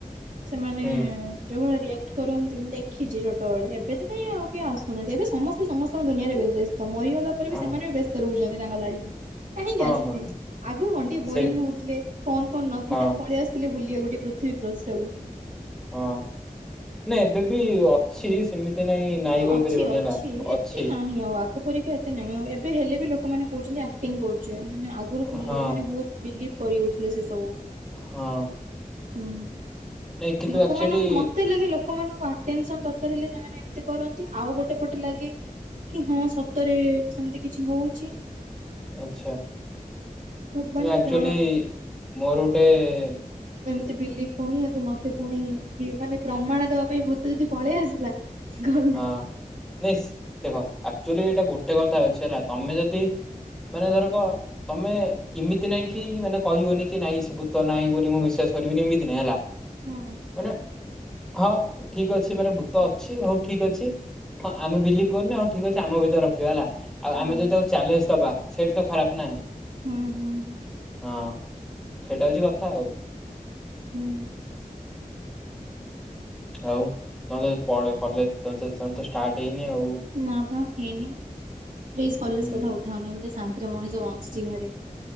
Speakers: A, on the right (about 65°); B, in the centre.
A: ସେମାନେ
B: ହୁଁ।
A: ଯୋଉ ଭଳିଆ ରିଆକ୍ କରନ୍ତି ମୁଁ ଦେଖିଚି ଛୋଟବେଳେ ଏବେ ତ କାଇଁ ଆଉ କିଏ ଆସୁନାହାନ୍ତି ଏବେ ସମସ୍ତେ ସମସ୍ତଙ୍କ ଦୁନିଆରେ ବେ ବ୍ୟ ତ ମରିଗଲା ପରେ ବି
B: ଅଁ,
A: ସେମାନେ ବି ବ୍ୟସ୍ତ ରହୁଚନ୍ତି ତାଙ୍କ ଲାଇଫରେ। କାହିଁକି
B: ହଁ
A: ଆସିଥିଲି
B: ହଁ
A: ଆଗରୁ ଅଣ୍ଡି ବୋରିଙ୍ଗ
B: ସେଇ
A: ହଉଥିଲେ ଫୋନ ଫୋନ ନଥିଲା
B: ହଁ।
A: ପଳେଇ ଆସୁଥିଲେ। ବୁଲିବା ଗୋଟେ ପୃଥିବୀ ପୃଷ୍ଠ କୁ।
B: ହଁ ନା ଏବେ ବି ଅଛି ସେମିତି ନାଇଁ ନାଇଁ
A: ହଁ
B: କହିପାରିବନି
A: ଅଛି ଅଛି
B: ହେଲା
A: ଏତେ
B: ଅଛି।
A: ନାହିଁ ଆଉ ଆଗ ପରିକା ଏତେ ନାହିଁ ଆଉ ଏବେ ହେଲେ ବି ଲୋକମାନେ କହୁଚନ୍ତି ଆକଟିଙ୍ଗି କରୁଚି ମାନେ ଆଗରୁ
B: ହଁ
A: ଲୋକମାନେେ ବହୁତ ବିଲିଭ୍ କରି ଯାଉଥିଲେ ସେ ସବୁ
B: ହଁ
A: ହୁଁ।
B: ନାଇଁ କିନ୍ତୁ
A: ଲୋକମାନଙ୍କୁ
B: ଆକ୍ଚୁଆଲି
A: ମତେ ଲାଗେ ଲୋକମାନଙ୍କୁ ଅଟେନ୍ଶନ ଦରକାର ହେଲେ ସେମାନେ କରନ୍ତି ଆଉ ଗୋଟେ ପଟେ ଲାଗେ କି ହଁ ସତରେ ସେମିତି କିଛି ହୋଉଛି।
B: ଆଚ୍ଛା।
A: ଭଗବାନଙ୍କୁ
B: ଆକ୍ଚୁଆଲି
A: ଜଣା।
B: ମୋର ଗୋଟେ
A: ବିଲଭ କରୁନି ଯଦି ମତେ ପୁଣି ମାନେ ବି ପ୍ରମାଣ ଦବା ପାଇଁ ଭୂତ ଯଦି ପଳେଇ ଆସିଲା ଗଲା।
B: ହଁ ନି ଦେଖ ଆକ୍ଚୁଆଲି ଏଇଟା ଗୋଟେ କଥା ଅଛି ହେଲା ତମେ ଯଦି ମାନେ ଧରକ ତମେ ଏମିତି ନାଇଁ କି ମାନେ କହିବନି କି ନାଇଁ ସେ ଭୁତ ନାଇଁ ବୋଲି ମୁଁ ବିଶ୍ୱାସ ସରିଵି ମିତି ହେଲା
A: ହୁଁ
B: ମାନେ ହଁ ଠିକ ଅଛି ମାନେ ଭୂତ ଅଛି ହୋଉ ଠିକ ଅଛି ହଁ ଆମେ ବିଲିଭ କରୁନୁ ଆଉ ଠିକ ଅଛି ଆମ ଭିତରେ ରଖିବା ହେଲା ଆଉ
A: ହୁଁ
B: ଆମେ ଯଦି ତାକୁ ଚ୍ୟାଲେଞ୍ଜ ଦବା ସେଇଠି ତ ଖରାପ ନା
A: ହୁଁ ହୁଁ ହୁଁ।
B: ହଁ ସେଇଟା ହୋଉଛି କଥା ଆଉ।
A: ହୁଁ।
B: ଆଉ ତମେ ତ ପଳ କଲେଜ ତ ଷ୍ଟାର୍ଟ ହେଇନି। ଆଉ
A: ନା ପା ହେଇନି ପ୍ଲିଜ କଲେଜ
B: ହୁଁ।
A: କଥା ଉଠାଉନି ଗୋଟେ ଶାନ୍ତିରେ ମଣିଷ ବ ଚିମି ରେ